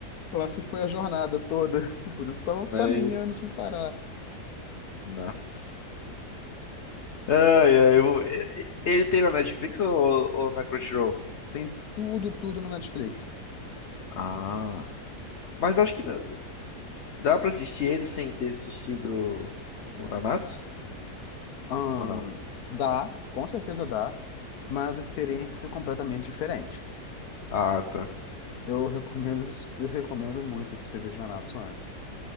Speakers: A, on the left; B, on the left.
A: Lá se foi a jornada toda. <laughs> Por isso estavam
B: Mas,
A: caminhando sem parar.
B: nossa. Ai, ai, eu vou- e- e- ele tem na Netflix ou, ou na Crunchyroll?
A: Tem tudo, tudo no Netflix.
B: Ah, mas acho que na- dá pra assistir ele sem ter assistido o Nanatsu?
A: Ahn,
B: Ou não?
A: dá, com certeza dá, mas a experiência é completamente diferente.
B: Ah, tá.
A: Eu recomendo, eu recomendo muito que você veja Nanatsu antes.